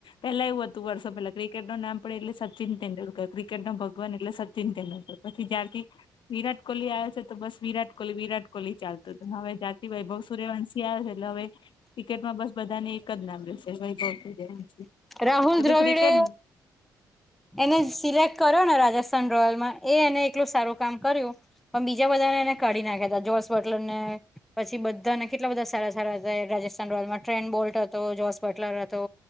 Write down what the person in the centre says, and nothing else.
રાહુલ
દ્રવિડે
એને સિલેક્ટ કર્યોને રાજસ્થાન રોયલમાં એ એને એકલું સારું કામ કર્યું પણ બીજા બધાને એને કાઢી નાખ્યા હતા જોસ બટલરને પછી બધાને કેટલા બધા સારા સારા હતા રાજસ્થાન રોયલમાં ટ્રેન બોલ્ટ હતો, જોસ બટલર હત તો